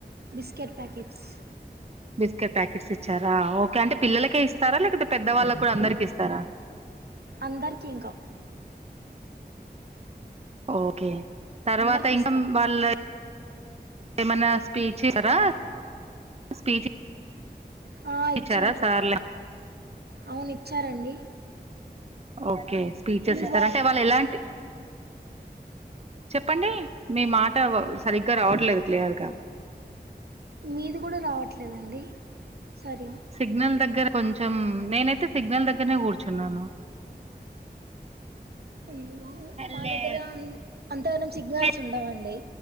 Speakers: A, on the right; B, on the right.
A: బిస్కెట్ ప్యాకెట్స్
B: బిస్కెట్ ప్యాకెట్స్ ఇచ్చారా ఓకే అంటే పిల్లలకే ఇస్తారా లేకపోతే పెద్ద వాళ్ళకి కూడా అందరికి ఇస్తారా
A: అందర్కి ఇంకా
B: ఓకే తర్వాత
A: అందరికి
B: ఇంకా
A: ఇస్తారు
B: వాళ్ళ ఏమనా స్పీచ్ ఇస్తారా స్పీచ్
A: ఆ ఇచ్చారు
B: ఇచ్చారా సార్లు
A: అవును ఇచ్చారండి
B: ఓకే స్పీచెస్
A: మీ
B: ఇస్తార్
A: వాయి
B: అంటే వాళ్ళు ఎలాంటి చెప్పండి మీ మాట సరిగ్గా రావట్లేదు క్లియర్గా
A: మీది కూడా రావట్లేదండి సరిగా
B: సిగ్నల్ దగ్గర కొంచం నేనైతే సిగ్నల్ దగ్గరనే కూర్చున్నాను
A: అయ్యో
B: హలో
A: మా దగ్గర అన్- అంతగానం సిగ్నల్స్
B: హ హలో <unintelligible>
A: ఉండవండి